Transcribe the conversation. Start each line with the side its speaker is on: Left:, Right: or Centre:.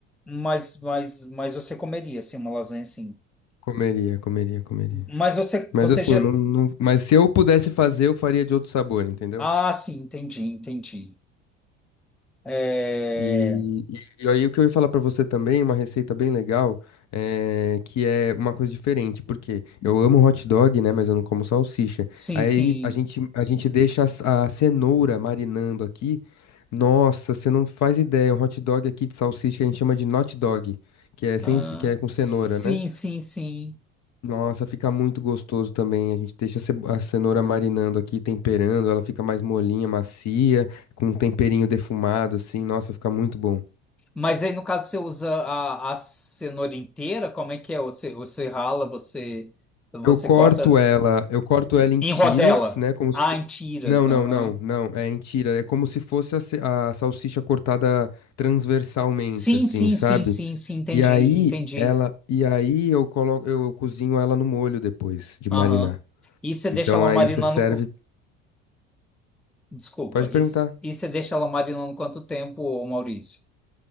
Centre: Mas, mas, mas você comeria, assim, uma lasanha assim.
Left: Comeria, comeria, comeria.
Centre: Mas você,
Left: Mas
Centre: você
Left: assim,
Centre: já.
Left: não, não- mas se eu pudesse fazer, eu faria de outro sabor, entendeu?
Centre: Ah, sim, entendi, entendi. É...
Left: E, e- e aí o que eu ia falar pra você também, uma receita bem legal, é, que é uma coisa diferente, porque eu amo hot dog, né, mas eu não como salsicha.
Centre: Sim,
Left: Aí
Centre: sim.
Left: a gente, a gente deixa a, ce- a cenoura marinando aqui. Nossa, você não faz ideia, um hot dog aqui de salsicha que a gente chama de not dog, que é sem,
Centre: Ah,
Left: c- que é com
Centre: sim,
Left: cenoura, né?
Centre: sim, sim.
Left: Nossa, fica muito gostoso também. A gente deixa a ce- a cenoura marinando aqui, temperando, ela fica mais molinha, macia, com um temperinho defumado, assim. Nossa, fica muito bom.
Centre: Mas aí, no caso, você usa a, a cenoura inteira? Como é que é? Você, você rala, você, você
Left: Eu corto
Centre: corta
Left: ela, eu corto ela em
Centre: em
Left: tiras,
Centre: rodela.
Left: né? Como
Centre: Ah,
Left: se... fo-
Centre: em tiras,
Left: Não,
Centre: aham.
Left: não, não, não. É em tira. É como se fosse a, ce- a salsicha cortada transversalmente,
Centre: Sim,
Left: assim,
Centre: sim,
Left: sabe?
Centre: sim, sim, sim, entendi,
Left: E aí
Centre: entendi.
Left: ela, e aí eu coloco, eu cozinho ela no molho depois de marinar.
Centre: Aham. E você
Left: Então
Centre: deixa ela
Left: aí
Centre: marinando.
Left: você serve.
Centre: co- Desculpa.
Left: Pode perguntar.
Centre: E c- e você deixa ela marinando quanto tempo, ô Maurício?